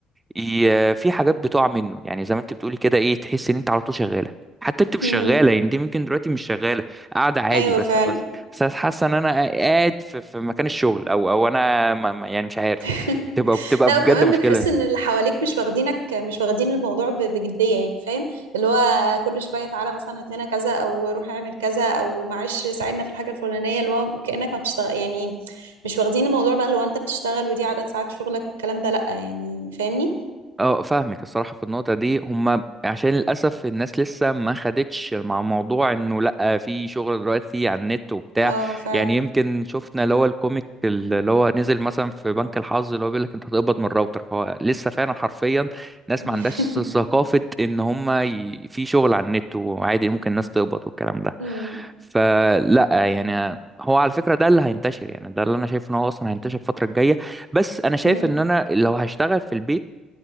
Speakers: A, on the right (about 15°); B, on the right (about 80°).
A: ي- في حاجات بتقع منه يعني زي ما انت بتقولي كده ايه تحس ان انت على طول شغاله حتى انت مش
B: امم
A: شغاله يعني انت ممكن دلوقتي مش شغاله قاعده عادي
B: ايوه
A: بس
B: فعلا
A: بس بس حاسه ان انا قاعد في في مكان الشغل او او انا ما ما- يعني مش عارف
B: <laughs>
A: تبقى بتبقى
B: لا
A: بجد
B: وكمان
A: مشكله
B: بتحس ان اللي حواليك مش واخدينك مش واخدين الموضوع ب- بجديه يعني فاهم اللي هو كل شويه تعالى مثلا هات لنا كذا او روح اعمل كذا او معلش ساعدنا في الحاجه الفلانيه اللي هو كانك ما بتشتغل يعني مش واخدين الموضوع بقى اللي هو انت بتشتغل ودي عدد ساعات شغلك والكلام ده لا يعني فاهمني
A: اه فاهمك الصراحة في النقطة دي هما عشان للأسف الناس لسه ما خدتش مع موضوع انه لأ في شغل دلوقتي على النت وبتاع
B: اه فعلا
A: يعني يمكن شفنا اللي هو الكوميك اللي هو نزل مثلا في بنك الحظ اللي هو بيقول لك انت هتقبض من الراوتر فهو لسه فعلا حرفيا ناس
B: <laughs>
A: ما عندهاش ثقافة ان هما ي... في شغل على النت وعادي ممكن الناس تقبض والكلام ده
B: امم
A: فلا يعني هو على فكرة ده اللي هينتشر يعني ده اللي انا شايف ان هو اصلا هينتشر الفترة الجاية بس انا شايف
B: امم
A: ان انا لو هشتغل في البيت